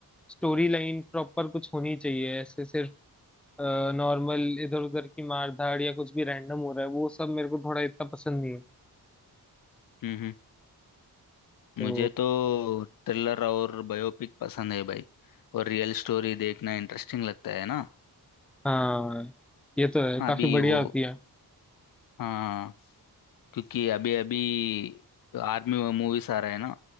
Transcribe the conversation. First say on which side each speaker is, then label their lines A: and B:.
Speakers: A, in the centre; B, on the left.
A: स्टोरी लाइन प्रॉपर कुछ होनी चाहिए ऐसे सिर्फ नॉर्मल इधर उधर की मार धाड़ या कुछ भी रैंडम हो रहा है वो सब मेरे को थोड़ा इतना पसंद नहीं है
B: हम्म हम्म
A: तो
B: मुझे तो थ्रिलर और बायोपिक पसंद है भाई और रियल स्टोरी देखना इंटरेस्टिंग लगता है ना
A: हाँ ये तो है काफी
B: अभी
A: बढ़िया
B: वो
A: होती है
B: हाँ क्योंकि अभी अभी तो आर्मी मूवीज आ रहे हैं ना